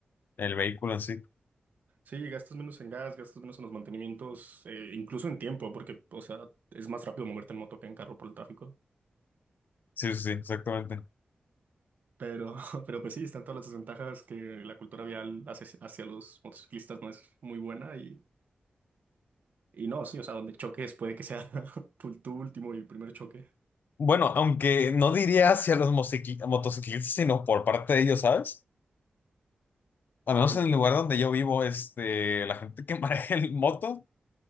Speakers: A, on the left; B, on the right.
A: en el vehículo en sí.
B: Sí, gastas menos en gas, gastas menos en los mantenimientos, eh, incluso en tiempo, porque, o sea, es más rápido moverte en moto que en carro por el tráfico.
A: Sí, sí, sí, exactamente.
B: Pero, <laughs> pero pues sí, están todas las desventajas que la cultura vial hace hacia los motociclistas no es muy buena y, y no, sí, o sea, donde choques puede que sea <laughs> tu, tu último y primer choque.
A: Bueno, aunque no diría hacia los mosequi- motociclistas, sino por parte de ellos, ¿sabes? Al menos
B: ¿Cómo?
A: en el lugar donde yo vivo, este, la gente que <laughs> maneja el moto.